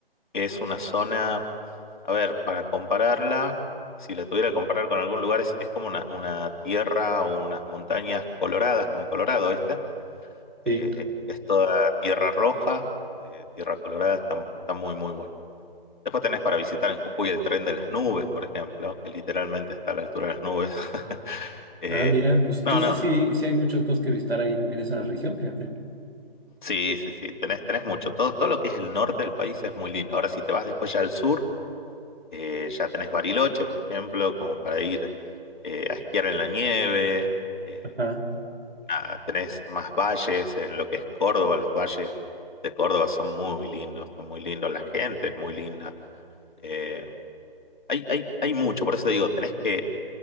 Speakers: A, on the left; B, on the right.
A: que es una zona, a ver, para compararla, si la tuviera que comparar con algún lugar, es, es como una, una tierra o unas montañas coloradas, como Colorado, ¿viste?
B: sí.
A: Eh, es toda tierra roja, eh, tierra colorada, está, está muy, muy bueno. Después tenés para visitar en Jujuy el tren de las nubes, por ejemplo, que literalmente está a la altura de las nubes. <laughs> Eh,
B: Ah, mira, pues entonces
A: no, no,
B: sí, sí hay muchas cosas que visitar ahí en, en esa región, fíjate.
A: sí, sí, sí, tenés, tenés mucho. Todo, todo lo que es el norte del país es muy lindo. Ahora, si te vas después ya al sur, eh, ya tenés Bariloche, por ejemplo, como para ir eh, a esquiar en la nieve. Eh,
B: Ajá.
A: Ah, tenés más valles en lo que es Córdoba, los valles de Córdoba son muy lindos, son muy lindos, la gente es muy linda. Eh, hay, hay, hay mucho, por eso te digo, tenés que